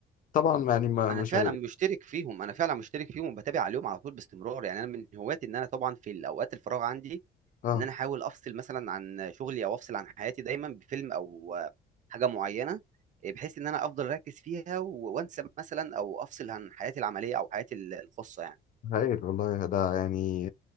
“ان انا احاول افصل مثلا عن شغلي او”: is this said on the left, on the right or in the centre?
Right